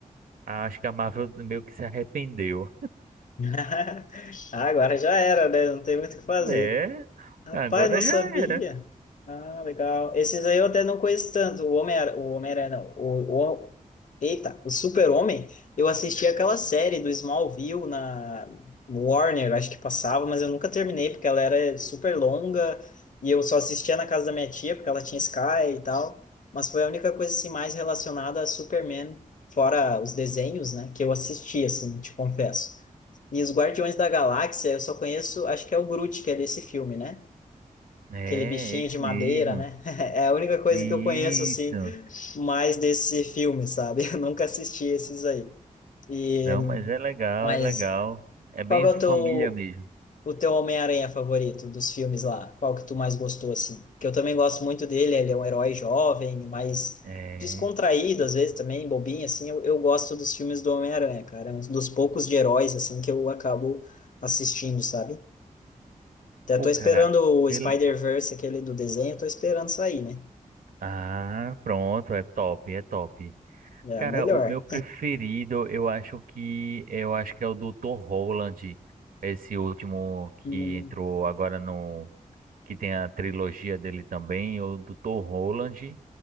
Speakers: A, on the right (about 80°); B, on the left (about 65°).
A: a- acho que a Marvel meio que se arrependeu.
B: <laughs> Ah, agora já era, né? Não tem muito o que fazer.
A: É,
B: Rapaz,
A: agora
B: não
A: já
B: sabia.
A: era.
B: Ah, legal. Esses aí eu até não conheço tanto. O homem, o homem não. O, o, eita, o Super-Homem. Eu assisti aquela série do Smallville na Warner, acho que passava, mas eu nunca terminei porque ela era super longa e eu só assistia na casa da minha tia porque ela tinha Sky e tal. Mas foi a única coisa assim mais relacionada a Superman, fora os desenhos, né, que eu assisti assim, te confesso. E os Guardiões da Galáxia, eu só conheço, acho que é o Groot que é desse filme, né?
A: É,
B: aquele bichinho
A: esse
B: de madeira,
A: mesmo.
B: né? <laughs> É a única coisa
A: Isso.
B: que eu conheço, assim, mais desse filme, sabe? Eu nunca assisti esses aí. E,
A: Não, mas é legal,
B: mas
A: é legal. É bem
B: qual que é o
A: família
B: teu,
A: mesmo.
B: o teu Homem-Aranha favorito dos filmes lá? Qual que tu mais gostou, assim? Que eu também gosto muito dele, ele é um herói jovem, mais
A: É.
B: descontraído, às vezes também, bobinho, assim. Eu, eu gosto dos filmes do Homem-Aranha, cara. É um dos poucos de heróis, assim, que eu acabo assistindo, sabe? Até
A: Pô,
B: tô
A: cara,
B: esperando o
A: pela...
B: Spider-Verse, aquele do desenho, tô esperando sair, né?
A: Ah, pronto, é top, é top.
B: É
A: Cara,
B: a melhor.
A: o meu preferido, eu acho que eu acho que é o Dr. Roland, esse último que
B: Uhum.
A: entrou agora no que tem a trilogia dele também, o Dr. Roland,